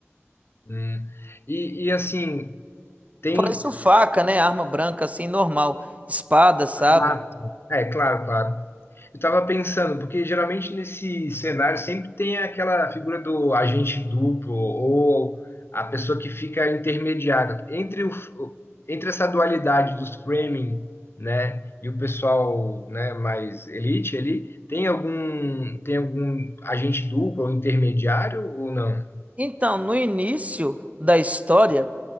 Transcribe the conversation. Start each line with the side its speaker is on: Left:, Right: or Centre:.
Left: Hum. E, e assim, tem.
Right: Fora isso, faca, né? Arma branca, assim, normal. Espada, sabre.
Left: Ah, é, claro, claro. Eu tava pensando, porque geralmente nesse cenário sempre tem aquela figura do agente duplo ou a pessoa que fica intermediária entre o, entre essa dualidade dos framing, né, e o pessoal, né, mais elite ali, tem algum tem algum agente duplo ou intermediário ou não?
Right: Então, no início da história,